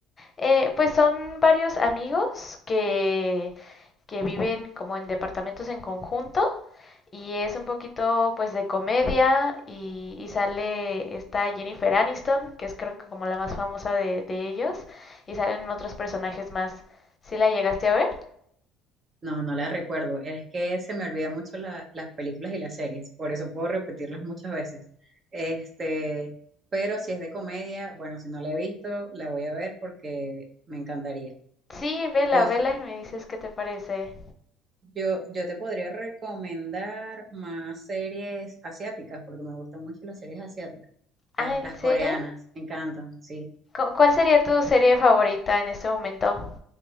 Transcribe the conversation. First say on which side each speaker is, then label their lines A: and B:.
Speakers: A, on the left; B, on the right.
A: Eh, pues son varios amigos que, que viven como en departamentos en conjunto y es un poquito pues de comedia y, y sale esta Jennifer Aniston, que es creo que como la más famosa de, de ellos, y salen otros personajes más. ¿Sí la llegaste a ver?
B: No, no las recuerdo. Es que se me olvidan mucho la- las películas y las series, por eso puedo repetirlas muchas veces. Este, pero si es de comedia, bueno, si no la he visto, la voy a ver porque me encantaría.
A: Sí, vela,
B: Yo,
A: vela
B: so-
A: y me dices qué te parece.
B: yo, yo te podría recomendar más series asiáticas porque me gustan mucho las series asiáticas. Las,
A: Ah, ¿en
B: las
A: serio?
B: coreanas, me encantan, sí.
A: ¿Cu- ¿Cuál sería tu serie favorita en este momento?